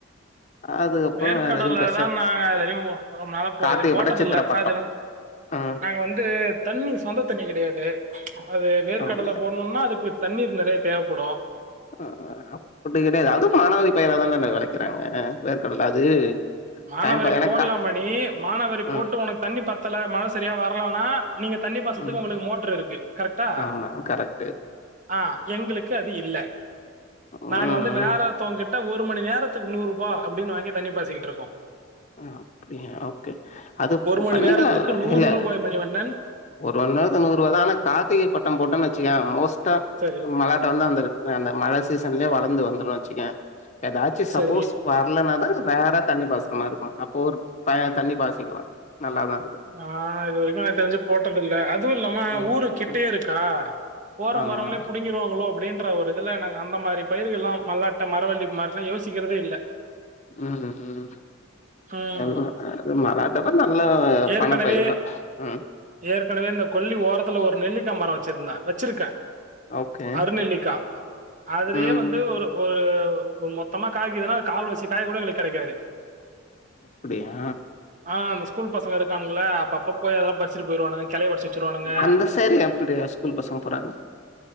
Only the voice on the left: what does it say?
அதுக்கப்பறோ
வேற எதுவு பெருச
கார்திகப்பட்டோ
சித்திர பட்டோ
ஆ
அப்படியா
அ அப்டி கிடையாது அது மாணவரி பயராதாலே விளைைக்கிறாங்க வேர்கடல அது
டைம் பா எனக்கா
ம்
ம்
ஆமா கரெக்ட்
ம்
அப்டியா ஓகே அது
பண்ணிக்கலா
இல்ல
ஒரு ஒன்னு ஹவர் நூறு ரூபா தா ஆனா கார்த்திகை பட்ட போட்டேன் வச்சுக்கேயே மோஸ்ட
ஆ மழை ட்டு வந்து அந்த அந்த மழை சீசன்லயே வளர்ந்து வந்துரு வச்சுக்கேயே ஏதாச்சு சப்போஸ்
வரலனா தா ரேர்ரா தண்ணி பாச்சுறமாரி இருக்கு அப்போ ஒரு பய தண்ணி பாச்சிக்கலா நல்லாதா இருக்கு
ம் ம்
ம்
ஆமா
ம் ம்
எல்லா அது மராட்டாதா நல்ல
பணப்பயிர் தா உம்
ஓகே
ம்
அப்டியா
அந்த சைட்ல அப்டியா ரொம்ப சூப்பரா இருந்தது